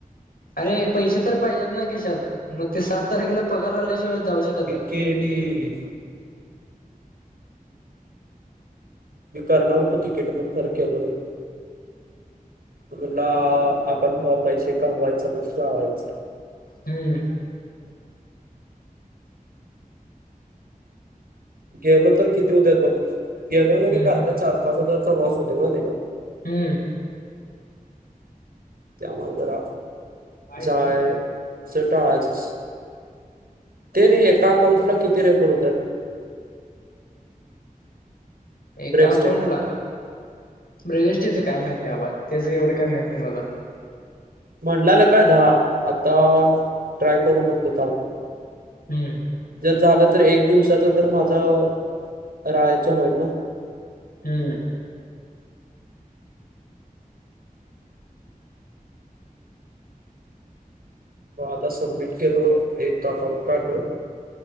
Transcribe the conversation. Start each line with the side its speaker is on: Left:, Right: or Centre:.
Left: अरे पैसे तर पाहिजेत ना खिशात. मग ते सात तारखेला पगार आल्याशिवाय जाऊ शकत नाही.
Right: के डी एल ई मी कारणार होतो तीकेट बुक पण केलं नाही. म्हणला आपण भावा पैसे कमवायच, मस्त राव्हायचं.
Left: हम्म.
Right: गेलो तर किती होत्यात बघ गेलो मी
Left: हम्म
Right: करताकरता चार, पाच हजारचा लॉस होतय माहित?
Left: हम्म.
Right: त्यामुळ जरा
Left: माहित
Right: जाय.
Left: नाही
Right: अस टाळायचंच ते नाही एका अकाउंटला किती रिफर्नस होतात.
Left: एका
Right: ब्रेवस्टेप
Left: अकाउंटला ब्रेवएस्ट्रिच काय माहित नाही बाबा त्याच एवढं काय माहित नाही मला.
Right: म्हटलाना काही दहा. आता ट्राय करून बघतो थांब
Left: हं
Right: जर झालं तर एक दिवसाच तर माझं राहायचं होईल.
Left: हम्म
Right: मग आता सबमिट केलो, एक अकाउंट काडलं